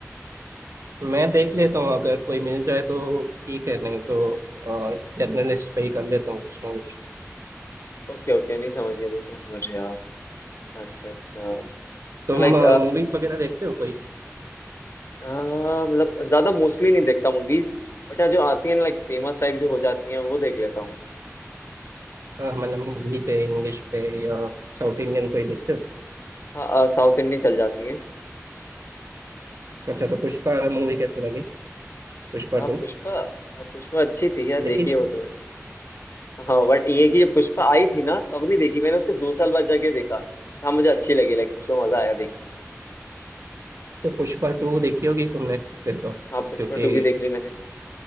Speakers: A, on the right; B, on the left.
A: मैं देख लेता हूँ अगर कोई मिल जाए तो ठीक है नहीं तो जर्नलिस्ट पे ही कर लेता हूँ कुछ ना कुछ
B: ओके ओके नहीं समझ गया वो तो मैं समझ गया अच्छा अच्छा
A: तुम
B: तो लाइक
A: मूवीज वगैरह देखते हो कोई
B: हाँ मतलब ज्यादा मोस्टली नहीं देखता मूवीज बट जो आती है लाइक फेमस टाइप जो हो जाती हैं वो देख लेता हूँ
A: अ, मतलब हिंदी पे इंग्लिश पे या साउथ इंडियन कोई देखते हो
B: हाँ साउथ इंडियन चल जाती है
A: अच्छा तो पुष्पा मूवी कैसे लगी पुष्पा
B: हाँ
A: टू
B: पुष्पा हाँ पुष्पा अच्छी थी यार
A: देखी
B: देखी
A: थी
B: है वो तो मैंने हाँ बट ये कि ये पुष्पा आई थी ना तब नहीं देखी मैंने उसके दो साल बाद जाके देखा हाँ मुझे अच्छी लगी लाइक पुष्पा मजा आया देख के
A: तो पुष्पा टू देखी होगी तुमने फिर तो
B: हाँ पुष्पा
A: क्योंकि
B: टू भी देख ली मैंने